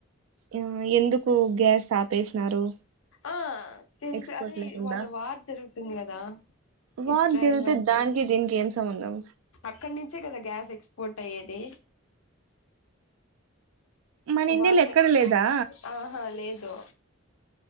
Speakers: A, on the right; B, on the left.
A: ఉమ్ ఎందుకు గ్యాస్ ఆపేసినారు
B: ఆ తెలుసు
A: ఎక్స్పోర్ట్
B: అదే
A: లేకుండా
B: వాళ్ళ వార్ జరుగుతుంది కదా
A: వార్
B: ఇస్రాయిల్
A: జరిగితే
B: వల్దీ
A: దానికి దీనికి ఏం సంబంధం
B: అక్కడి నుంచే కదా గ్యాస్ ఎక్స్పోర్ట్ అయ్యేది
A: మన ఇండియాలో
B: వాళ్ళే
A: ఎక్కడ లేదా
B: ఆహా లేదు